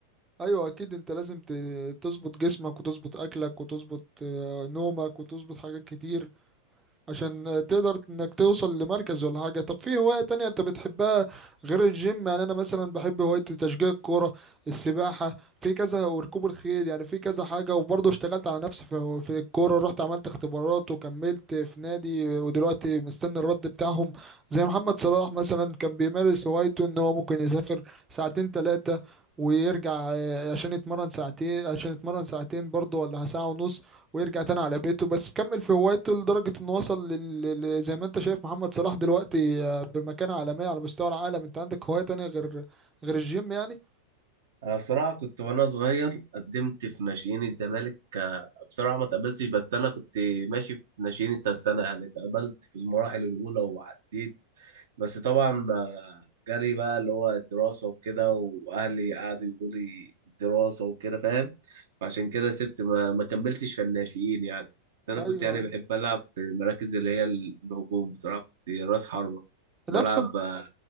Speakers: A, on the right; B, on the right.
A: ايوه اكيد انت لازم ت- تظبط جسمك وتظبط اكلك وتظبط آه، نومك وتظبط حاجات كتير عشان تقدر انك توصل لمركز ولا حاجة طب في هواية تانية انت بتحبها غير الجيم يعني انا مثلا بحب هواية تشجيع الكورة السباحة في كذا وركوب الخيل يعني في كذا حاجة وبرضه اشتغلت على نفسي في في الكورة رحت عملت اختبارات وكملت في نادي ودلوقتي مستني الرد بتاعهم زي محمد صلاح مثلا كان بيمارس هوايته ان هو ممكن يسافر ساعتين ثلاثة ويرجع آه، عشان يتمرن ساعتين عشان يتمرن ساعتين برضه ولا ساعة ونص ويرجع تاني على بيته بس كمل في هوايته لدرجة انه وصل لل... لل- زي ما انت شايف محمد صلاح دلوقتي آه، بمكانة عالمية على مستوى العالم انت عندك هواية تانية غير غير الجيم يعني
B: انا بصراحه كنت وانا صغير قدمت في ناشئين الزمالك آه، بصراحه ما تقبلتش بس انا كنت ماشي في ناشئين الترسانه يعني اتقبلت في المراحل الاولى وعديت بس طبعا آه، جالي بقى اللي هو الدراسه وكده واهلي قعدوا يقولوا لي الدراسه وكده فاهم فعشان كده سبت ما, ما كملتش في الناشئين يعني بس انا
A: ايوه
B: كنت يعني
A: أيوة.
B: بحب العب في المراكز اللي هي الهجوم بصراحه كنت راس حربه
A: نفس
B: بلعب آه،